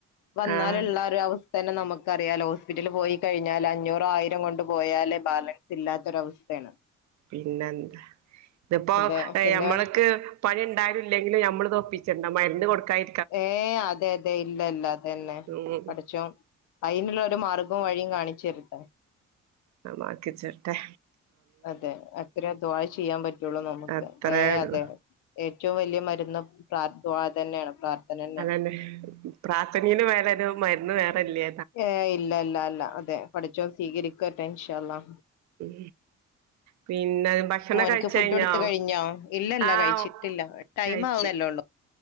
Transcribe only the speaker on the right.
ആഹ്
പിന്നെന്താ ഇതിപ്പോ
ഏഹ്
ഞമ്മള്ക്ക് പണി ണ്ടായാലും ഇല്ലെങ്കിലു നമ്മൾ ത് ഒപ്പിച്ചണ്ട മരുന്ന് കൊടുക്കായി
ഉം
ആഹ് അള്ളാക്കിച്ചെര്റ്റെ.
അത്രേ
ഉള്ളു
<unintelligible> പ്രാർത്ഥനീല് വേറെ ഒരു മരുന്ന് വേറെല്യ.
ഉം പിന്നെ ഭക്ഷണം
കഴിച്ചയിഞ്ഞോ?
ആഹ്
കഴിച്ച്.